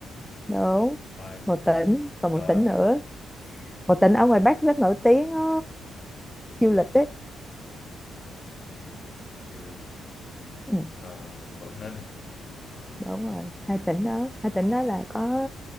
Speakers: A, in the centre; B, on the left.
A: đúng.
B: rồi
A: Một tỉnh, còn một
B: rồi
A: tỉnh nữa. Một tỉnh ở ngoài Bắc rất nổi tiếng ờ, du lịch ấy.
B: du lịch
A: Ừ,
B: ờ, Quảng Ninh
A: đúng rồi, hai tỉnh đó. Hai tỉnh
B: ồ
A: đó là có